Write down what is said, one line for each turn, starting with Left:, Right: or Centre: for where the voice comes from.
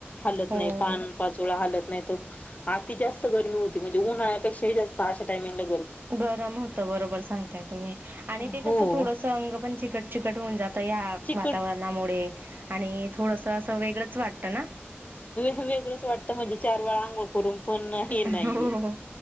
Left: हलत
Right: हो
Left: नाही पान पाचोळा हालत नाही तर आति जास्त गरमी होती म्हणजे उन्हाळ्यापेक्षाही जास्त अशामिंग ला
Right: गरम होत बरोबर सांगताय तुम्ही आणि
Left: हो
Right: ते कसं थोडस अंग पण चिकट चिकट होऊन जात या
Left: चिकट
Right: वातावरणामुळे आणि थोडस असं वेगळंच वाटत ना
Left: वेगळंच वाटतं म्हणजे चार वेळा आंघोळ करून पण हे
Right: हो
Left: नाहीये.
Right: हो हो